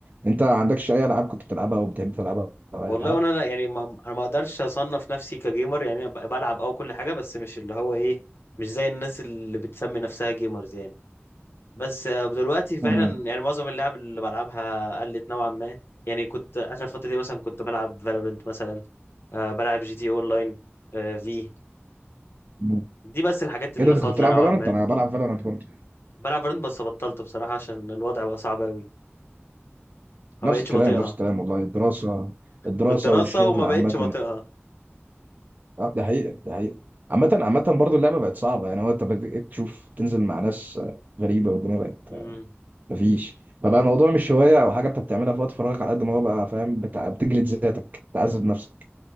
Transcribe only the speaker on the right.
أنت عندكش أي ألعاب كنت بتلعبها أو بتحب تلعبها أو
أي حاجة؟
مم.
مم.
إيه ده أنت
كنت بتلعب
فالورانت؟
أنا بلعب فالورانت برضه
نفس
الكلام
نفس الكلام والله الدراسة الدراسة
والشغل
عامة
اه ده حقيقة ده حقيقة عامة عامة برضه اللعبة بقت صعبة يعني هو انت بقيت تشوف تنزل مع ناس آه، غريبة والدنيا بقت
آه، مفيش فبقى الموضوع مش هواية أو حاجة أنت بتعملها في وقت فراغك على قد ما هو بقى فاهم بتع- بتجلد ذاتك تعذب نفسك